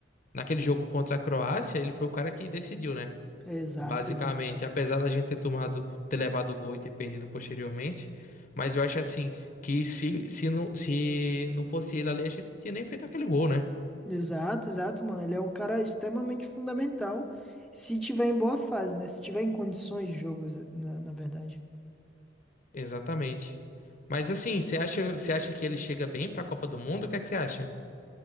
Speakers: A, on the left; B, in the centre.
A: naquele jogo contra a Croácia, ele foi o cara que decidiu, né?
B: Exato,
A: Basicamente,
B: exato.
A: apesar da gente ter tomado, ter levado o gol e ter perdido posteriormente, mas eu acho assim que se, se não, se não fosse ele ali, a gente não tinha nem feito aquele gol, né?
B: Exato, exato, mano. Ele é um cara extremamente fundamental se tiver em boa fase, né? Se tiver em condições de jogo, na na verdade.
A: Exatamente. Mas assim, você acha, você acha que ele chega bem pra Copa do Mundo? O que é que você acha?